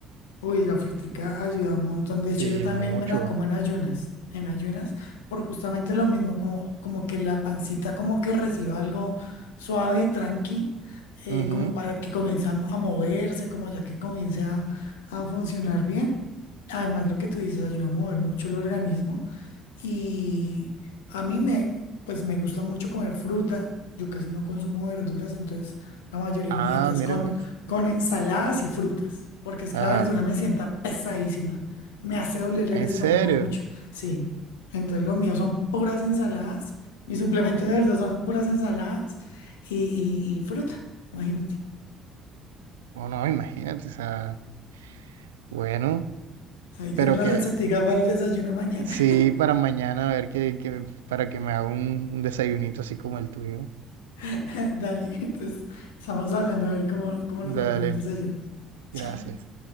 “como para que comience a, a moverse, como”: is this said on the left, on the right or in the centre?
Left